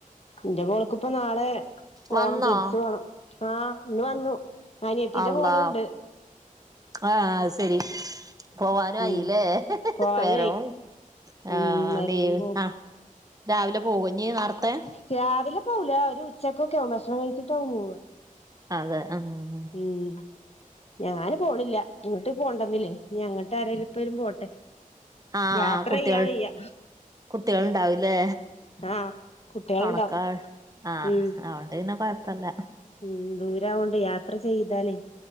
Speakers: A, on the left; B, on the right.
A: ഇന്റെ മോൾക്കിപ്പൊ നാളെ പോണം
B: വന്നോ
A: തിരിച്ചു പോണം ആഹ് ഇന്ന് വന്നു അനിയത്തിന്റെ
B: അള്ളാ
A: മോളും ഉണ്ട്
B: ആഹ് അയ്ശരി പോവാനും
A: ഉം
B: ആയില്ലേ
A: പോവാനായി
B: വെരവും
A: ഉം
B: ആഹ്
A: വരവും
B: ലീവ്
A: പോക്കും
B: ആഹ് രാവിലെ പോവോ ഇനി നാർത്തെ
A: രാവിലെ പോകൂല ഒരു ഉച്ചയ്ക്കൊക്കെ ആകും ഭക്ഷണം കഴിച്ചിട്ട് ആകും പോവ
B: അതെ ആഹ്മ്
A: ഉം ഞാന് പോണില്ല ഇങ്ങിട്ട് പോവണ്ടന്നില്ലേ അങ്ങട്ട് ആരും ഇപ്പോലും പോട്ടെ
B: ആഹ്
A: യാത്ര
B: കുട്ടികള്
A: ചെയ്യാൻ വയ്യ
B: കുട്ടികള് ഉണ്ടാവും ഇല്ലേ
A: ആഹ് കുട്ടികളുണ്ടാവും
B: തുണക്കാൾ ആഹ്
A: ഉം
B: അതുകൊണ്ട് പിന്നെ കൊഴപ്പില്ല
A: ഉം ദൂരാവോണ്ട് യാത്ര ചെയ്താലേ